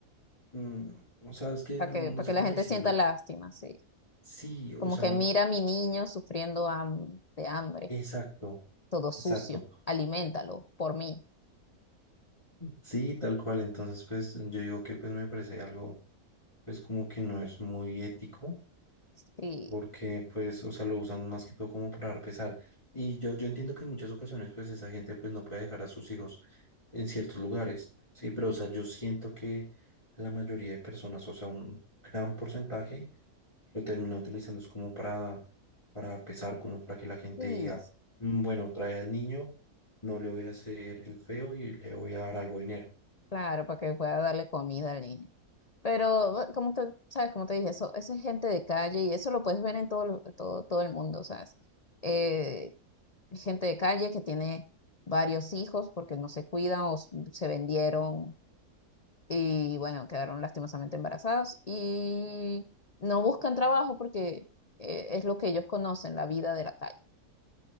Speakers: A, on the left (about 20°); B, on the left (about 60°).
A: mm, o sea, es que
B: para
A: no,
B: que,
A: no
B: para
A: sé
B: que
A: cómo
B: la gente
A: decirlo.
B: sienta lástima, sí.
A: Sí, o
B: Como
A: sea,
B: que mira a mi niño sufriendo ham- de hambre,
A: exacto.
B: todo sucio,
A: Exacto.
B: aliméntalo por mí.
A: Sí, tal cual. Entonces, pues yo digo que pues me parece algo, pues como que no es muy ético,
B: Sí,
A: porque pues, o sea, lo usan más que todo como para dar pesar. Y yo, yo entiendo que en muchas ocasiones pues esa gente pues no puede dejar a sus hijos en ciertos lugares, sí, pero o sea, yo siento que la mayoría de personas, o sea, un gran porcentaje lo termina utilizando es como para, para dar pesar, como para que la gente
B: sí,
A: diga, "Mm, bueno, trae al niño, no le voy a hacer el feo y le voy a dar algo de dinero.
B: claro, para que pueda darle comida al niño. Pero, bueno, como te, sabes, como te dije, eso, eso es gente de calle y eso lo puedes ver en todo, lo- todo, todo el mundo, ¿sabes? Eh, gente de calle que tiene varios hijos porque no se cuidan o s- se vendieron y, bueno, quedaron lastimosamente embarazados y no buscan trabajo porque eh, es lo que ellos conocen, la vida de la calle.